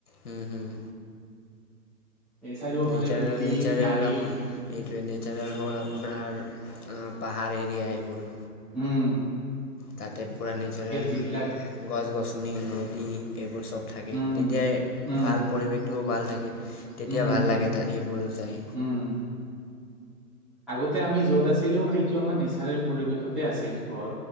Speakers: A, on the left (about 65°); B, in the centre.
A: হুম-হুম।
B: এই চাৰিওফালে
A: নেচাৰল-নেচাৰল
B: বিল্ডিং গাড়ী
A: আপুনি- এইটোৱে, নেচাৰেল হ'ল আপোনাৰ পাহাৰ এৰিয়া এইবোৰ।
B: উমঁ।
A: তাতে পুৰা নেচাৰেল-
B: যিবিলাক
A: গছ-গছনি, নদী, এইবোৰ চব থাকে,
B: উম
A: তেতিয়াই
B: উম
A: ভাল পৰিৱেশটোও ভাল থাকে। তেতিয়া
B: উম
A: ভাল লাগে তা'ত এইবোৰত যাই।
B: উম আগতে আমি য'ত আছিলো সেইটো আমাৰ নেচাৰেল পৰিৱেশ- তে আছিল ঘৰ,